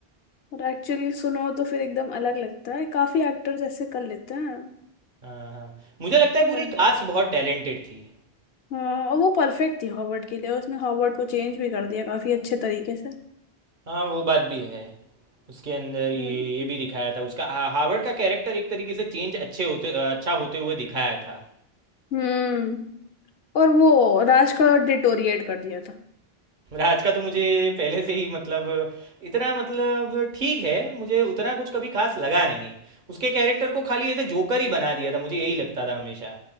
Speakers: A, on the left (about 75°); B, on the right (about 50°).
A: और एक्चुअली सुनो तो फिर एकदम अलग लगता है काफी एक्टर्स ऐसे कर लेते हैं
B: हाँ हाँ मुझे लगता है पूरी
A: पर
B: कास्ट बहुत टैलेंटेड थी
A: हाँ और वो परफेक्ट थी हॉवर्ड के लिए उसने हॉवर्ड को चेंज भी कर दिया काफी अच्छे तरीके से
B: हाँ वो बात भी है उसके अंदर ये
A: हम्म
B: ये भी दिखाया था उसका हा- हावर्ड का कैरेक्टर एक तरीके से चेंज अच्छे होते अ, अच्छा होते हुए दिखाया था
A: हम्म और वो राज का डिटोरिएट कर दिया था
B: राज का तो मुझे पहले से ही मतलब इतना मतलब ठीक है मुझे उतना कुछ कभी खास लगा नहीं उसके कैरेक्टर को खाली ऐसे जोकर ही बना दिया था मुझे यही लगता था हमेशा